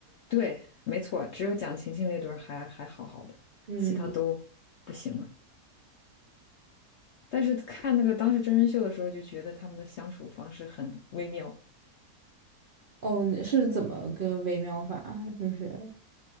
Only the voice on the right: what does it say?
嗯，
哦，是怎么个微妙法啊就是